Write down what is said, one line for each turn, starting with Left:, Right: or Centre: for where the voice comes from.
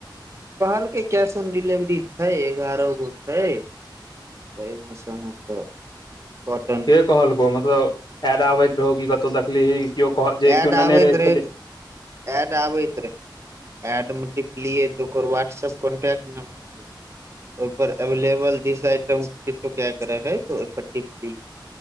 Right: कहलकै कैश ऑन डिलिवरी छै एगारह गो छै एहिमे से अहाँके कट
Left: के कहलकौ मतलब ऐड आबैत रहौ कि कतहु देखलीही केओ कह जे केओ
Right: एड
Left: नेने
Right: आबैत
Left: रहैे से
Right: रहै
Left: पहले
Right: एड आबै रहे एड मे टिपलियै त ओकर वाट्सप कॉंटैक्ट नंबर ओहि पर एवलेबल दिस आइटम किछो के के रहे त ओहि पर टिप दिय